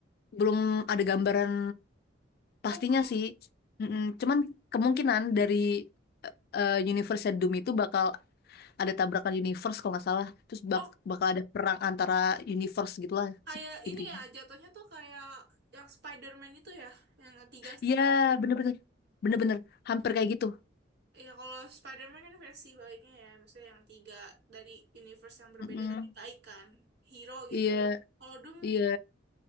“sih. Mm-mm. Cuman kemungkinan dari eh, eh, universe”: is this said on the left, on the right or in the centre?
Left